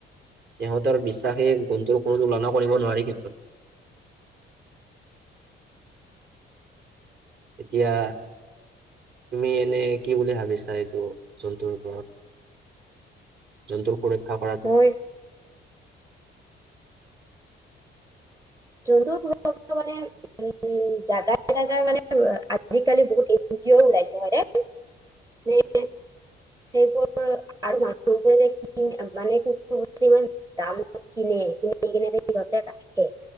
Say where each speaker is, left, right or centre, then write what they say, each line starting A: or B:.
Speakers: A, on the right; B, on the right.
A: সিহঁতৰ বিশ্বাসেই গুনটোৰ কোনো তুলনা কৰিব নোৱাৰি কিন্তু। এতিয়া তুমি এনে কি বুলি ভাবিছা এইটো জন্তুৰ ওপৰত? জন্তুৰ সুৰক্ষা কৰাটো
B: ৰাখিব মোৰ জন্তুৰ সুৰক্ষা মানে উম জাগাই জাগাই মানে আজিকালি বহুত এন জি অ' ওলাইছে হয় নে? মানে সেইবোৰ আৰু মানুহবোৰে যে কি মানে কুকুৰক যিমান দাম হওক কিনে কিনি কিনে যে সিহঁতে ৰাখে